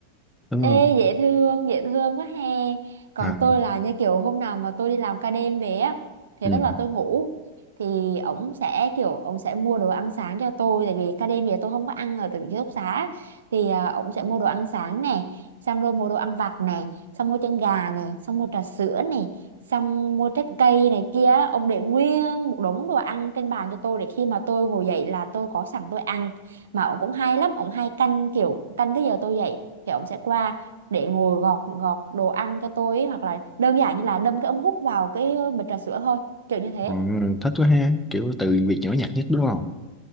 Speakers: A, in the centre; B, on the right.
A: đúng
B: Ê
A: không
B: dễ thương, dễ thương quá he. Còn
A: à
B: tôi là như kiểu hôm nào mà tôi đi làm ca đêm về á, thì
A: ừ
B: tức là tôi ngủ thì ổng sẽ kiểu ổng sẽ mua đồ ăn sáng cho tôi tại vì ca đêm về tôi không có ăn ở từ ký túc xá thì à, ổng sẽ mua đồ ăn sáng nè, xong rồi mua đồ ăn vặt nè, xong mua chân gà nè, xong mua trà sữa nè, xong mua trái cây này kia, ông để nguyên một đống đồ ăn trên bàn cho tôi để khi mà tôi ngồi dậy là tôi có sẵn tôi ăn mà ổng cũng hay lắm ổng hay canh kiểu canh cái giờ tôi dậy thì ổng sẽ qua để ngồi gọt gọt đồ ăn cho tôi ấy, hoặc là đơn giản như là đâm cái ống hút vào cái ờ, bịch trà sữa thôi kiểu như thế
A: Ừ, thích quá ha kiểu từ việc nhỏ nhặt nhất đúng không